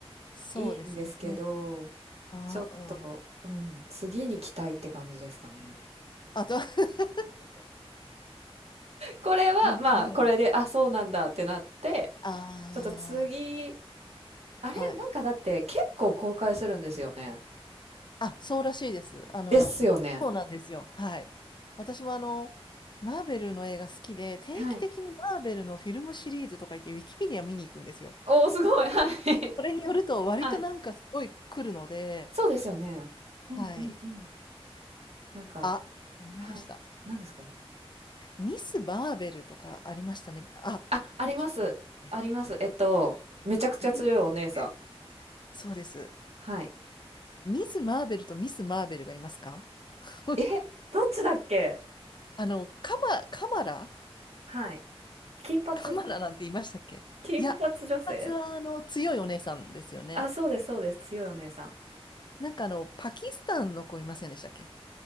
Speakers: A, on the left; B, on the right.
A: す。そうですね。
B: いいんですけど、
A: あ、
B: ちょっと、
A: うん。
B: うん、次に期待って感じですかね。
A: あと <laughs>
B: これは、
A: なるほど。
B: まあ、これで、あ、そうなんだってなって、
A: あ
B: ちょっと次、あれなんかだって結構公開するんですよね。
A: あ、はい。あ、そうらしいです。あの、
B: ですよね。
A: そうなんですよ。はい。私もあの、マーベルの映画好きで、定期的にマーベルのフィルムシリーズとか言って、
B: はい。
A: ウィキペディア見に行くんですよ。
B: おー、すごい。はい。
A: それによると、割となんかすごい来るので、
B: はい。そうですよね。うんうんうん。
A: はい。
B: なんか、
A: あ、思い出した。
B: はい。何ですか
A: ミス・バーベルとかありましたね。あ、
B: あ、あります。
A: ちょっと待って、
B: あります。えっと、めちゃくちゃ強いお姉さん。
A: 何でしたっけそうです。
B: はい。
A: ミス・マーベルとミス・マーベルがいますか <laughs>
B: え、どっちだっけ
A: あの、カマ、カマラ
B: はい。金髪、
A: カマラなんて言いましたっけいや、
B: 金髪女性
A: 金髪はあの、強いお姉さんですよね。
B: あ、そうですそうです。強いお姉さん。
A: なんかあの、パキスタンの子いませんでしたっけ